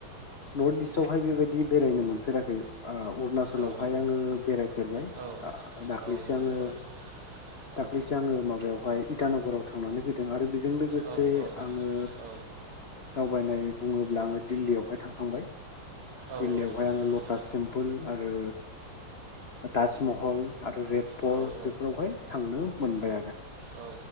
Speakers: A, on the left (about 75°); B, on the right (about 80°).
A: नर्थ इस्टआवहाय बेबायदि बेरायनो मोनफेराखै ओ अरुणाचलावहाय
B: औ
A: आंङो बेरायफेरबाय‌
B: औ
A: आ दाखलिसो
B: औ
A: आंङो
B: औ औ
A: दाखलिसो आंङो माबायावहाय इटानगराव थांनानै फैदों बे बेजों लोगोसे
B: औ औ
A: आंङो
B: औ
A: दावबायनाय बुङोब्ला आंङो दिल्लीयाव बेवहाय थांखांबाय
B: औ
A: दिल्लीयावहाय
B: औ
A: आंङो
B: औ
A: लटास टेम्पोल आरो ताजमहल आरो रेड पर्ट
B: औ
A: बेफोरावहाय थांनो मोनबाय आरो
B: <unintelligible> औ